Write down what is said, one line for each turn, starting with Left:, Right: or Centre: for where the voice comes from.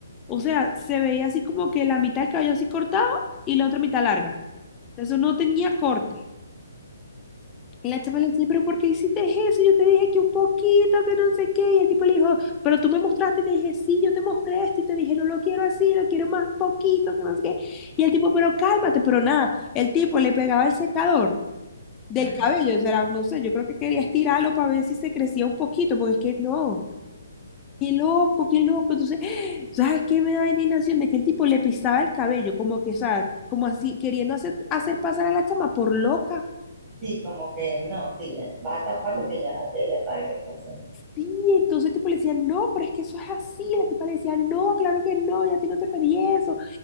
Left: o sea, se veía así como que la mitad del cabello así cortado y la otra mitad larga. Eso no tenía corte. Y la chama le decía, pero ¿por qué hiciste eso? Yo te dije que un poquito, que no sé qué. Y el tipo le dijo, pero tú me mostraste y te dije, sí, yo te mostré esto y te dije, no lo quiero así, lo quiero más poquito, que no sé qué. Y el tipo, pero cálmate, pero nada. El tipo le pegaba el secador del
Right: Ajá.
Left: cabello, o sea, no sé, yo creo que quería estirarlo para ver si se crecía un poquito, porque es que no. Qué loco, qué loco. Entonces, <gasps> ¿sabes qué me da indignación? De que el tipo le pisaba el cabello, como que, o sea, como así, queriendo hacer, hacer pasar a la chama por loca.
Right: Sí, como que no, sí, ya, vas a tapar lo que ya, ya, ya sabe que pasó.
Left: Sí, entonces tipo le decía, no, pero es que eso es así. La tipa le decía, no, claro que no, ya a ti no te pedí eso.